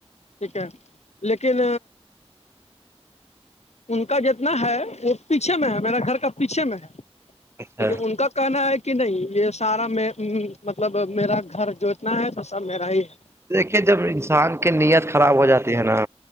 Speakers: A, on the left; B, on the right.
A: ٹھیک ہے لیکن ان کا جتنا ہے وہ پیچھے میں ہے میرا گھر کا پیچھے میں ہے
B: اچھا
A: لیکن ان کا کہنا ہے کہ نہیں یہ سارا میں ہ مطلب میرا گھر جو اتنا ہے تو سب میرا ہی ہے
B: دیکھیے جب انسان کی نییت خراب ہو جاتی ہے نا